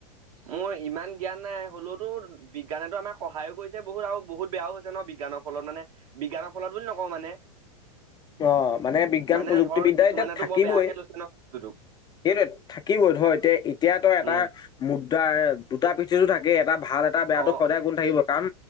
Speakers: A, on the right; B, on the left.
A: মোৰ ইমান জ্ঞান নাই হ'লেওতো বিজ্ঞান আমাকো সহায়ো কৰিছে বহুত আৰু বহুত বেয়াও হৈছে ন বিজ্ঞানৰ ফলত মানে বিজ্ঞানৰ ফলত বুলি নকওঁ মানে
B: অ', মানে বিজ্ঞান
A: মানে
B: প্ৰযুক্তিবিদ্যা
A: ধৰ কিছুমানেতো
B: এতিয়া থাকিবই
A: বৰ বেয়াকে লৈছে ন বস্তুটোক
B: সেইটো থাকিবই ধ এ এতিয়াতো এটা
A: উম
B: মুদ দুটা দুটা পিঠিতো থাকে এটা ভাল এটা বেয়াটো
A: অ
B: সদায় গুণ থাকিব কাৰণ